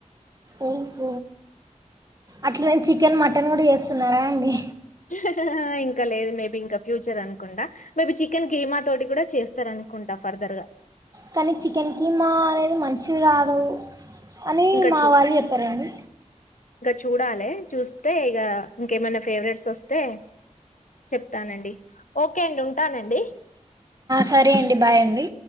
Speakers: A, on the right; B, on the left.
A: ఓహ అట్లా నేను చికెన్ మటన్ కూడా చేస్త్ స్తున్నారా అండి
B: ఇంకా ఇంకా లేదు మేబీ ఇంకా ఫ్యూచర్ అనుకుంటా మేబీ చికెన్ కీమా తోటి కూడా చేస్తార అనుకుంటా ఫర్దర్ గా
A: కానీ చికెన్ కిమా అనేది మంచి మంచిది కాదు అని
B: ఇంకా
A: మా వాళ్ళు చెప్పారండి
B: చూడాలి చూస్తే ఇక ఇంకేమైనా ఫేవరెట్స్ వస్తే చెప్తానండి ఓకే అండి ఉంటానండి
A: సరే అండి